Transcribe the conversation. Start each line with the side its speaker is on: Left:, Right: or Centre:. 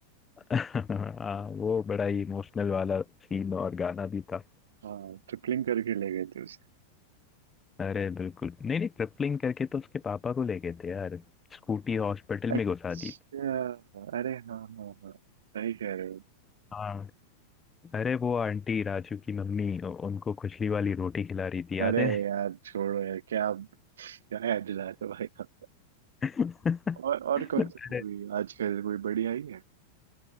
Left: <laughs> हाँ वो बड़ा ही इमोशनल वाला सीन और गाना भी था
Right: हाँ ट्रिपलिंग करके ले गए थे उसे
Left: अरे बिल्कुल नहीं नहीं ट्रिपलिंग करके तो उसके पापा को ले गए थे यार स्कूटी हॉस्पिटल
Right: अच्छा
Left: में घुसा दी
Right: अरे हाँ हाँ हाँ सही कह रहे हो
Left: हाँ अरे वो आंटी राजू की मम्मी उ- उनको खुजली वाली रोटी खिला रही थी
Right: अरे
Left: याद है
Right: यार छोड़ो यार क्या क्या याद दिला रहे हो भाई आप।
Left: <laughs>
Right: और और कौन
Left: अरे
Right: सी मूवी आजकल कोई बड़ी आई है